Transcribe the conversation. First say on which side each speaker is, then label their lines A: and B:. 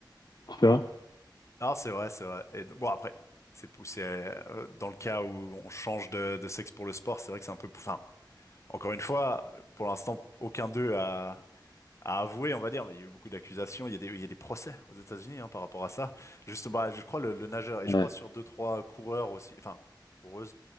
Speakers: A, on the left; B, on the left.
A: Tu vois?
B: Non, c'est vrai, c'est vrai. Et d- bon, après, c'est poussé. euh, dans le cas où on change de, de sexe pour le sport, c'est vrai que c'est un peu. pou- Enfin, encore une fois, pour l'instant, aucun d'eux a, a avoué, on va dire. Mais il y a eu beaucoup d'accusations. Il y a des, il y a des procès aux États-Unis hein, par rapport à ça. Juste, bah, je crois le, le nageur et
A: Ouais,
B: je crois sur deux, trois coureurs aussi. Enfin, coureuses